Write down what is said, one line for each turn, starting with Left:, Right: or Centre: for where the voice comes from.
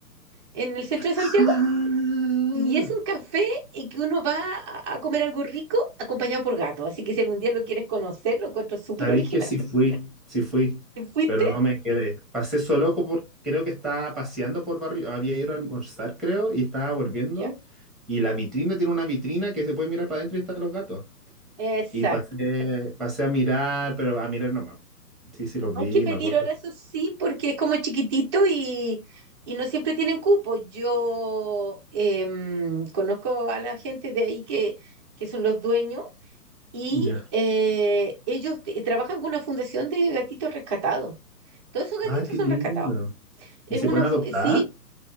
Right: en el centro de Santiago.
Centre: Ah.
Right: Y es un café en que uno va a a comer algo rico acompañado por gato. Así que si algún día lo quieres conocer, lo encuentro súper
Centre: Sabéis
Right: original.
Centre: que sí fui, sí fui,
Right: ¿Te fuiste?
Centre: pero no me quedé. Pasé solo por, creo que estaba paseando por barrio, había ido a almorzar, creo, y estaba volviendo.
Right: Ya.
Centre: Y la vitrina tiene una vitrina que se puede mirar para adentro y están los gatos.
Right: Exacto.
Centre: Y pasé, pasé a mirar, pero a mirar nomás. Sí, sí, los
Right: Hay
Centre: vi,
Right: que pedir
Centre: me acuerdo.
Right: ahora, eso sí, porque es como chiquitito y, y no siempre tienen cupo. Yo em, conozco a la gente de ahí que, que son los dueños y
Centre: Ya.
Right: eh, ellos t- trabajan con una fundación de gatitos rescatados. Todos esos gatitos
Centre: Ah, qué
Right: son
Centre: lindo!
Right: rescatados. Es
Centre: ¿Y se
Right: una,
Centre: pueden adoptar?
Right: fu- sí,